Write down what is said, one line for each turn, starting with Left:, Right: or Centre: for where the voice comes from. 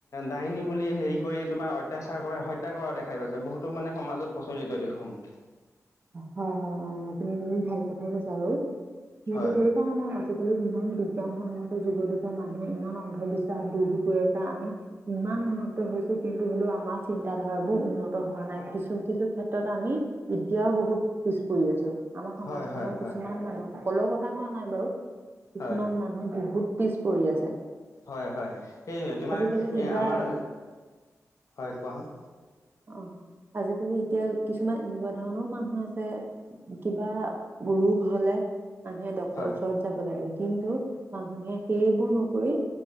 Left: দাইনী বুলি হেৰি কৰি তোমাৰ অত্যাচাৰ কৰে হত্যা কৰা দেখা গৈছে, বহুতো মানে সমাজত প্ৰচলিত এইসমূহ।
Right: হয় হয়, অ' আপুনি তুমি ভাল কথাই কৈছা বাৰু, কিন্ত্ত
Left: হয়
Right: সেই তণে আজিকালি ইমান বিজ্ঞানসন্মত যুগত যে মানুহে ইমান অন্ধবিশ্বাস দুুৰৰ্বখ হৈ আছে, আমি ইমান উন্নত হৈছে, কিন্তু হ'লেও আমাৰ চিন্তাধাৰাবোৰ উন্নত হোৱা নাই, কিছো কিছো ক্ষেত্ৰত আমি এতিয়াও বহুত, পিছ পৰি আছো, আমাৰ সমাজখনৰ
Left: হয় হয় হয়
Right: কিছুমান মানুহ সকলো কথা কোৱা নাই বাৰু। কিছুমান
Left: হয়
Right: মানুহ বহুত পিছ পৰি আছে।
Left: হয় হয়, সেই তোমাৰ,
Right: আজিকালি কিবা
Left: এই আমাৰ, হয় কোৱা হয়।
Right: অ', আজিকালি এতিয়া কিছুমান এনেকুৱা ধণৰ মানুহ আছে, কিবা ৰোগ হলে মানুহে ড্ক্তৰৰ
Left: হয়
Right: ওচৰত যাব লাগে, কিন্তু মানুহে সেইবোৰ নকৰি,